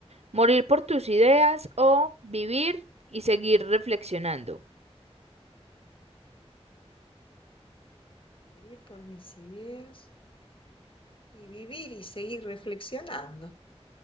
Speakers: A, on the right (about 75°); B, on the left (about 55°).
A: ¿Morir por tus ideas o vivir y seguir reflexionando?
B: morir por mis ideas y vivir y seguir reflexionando.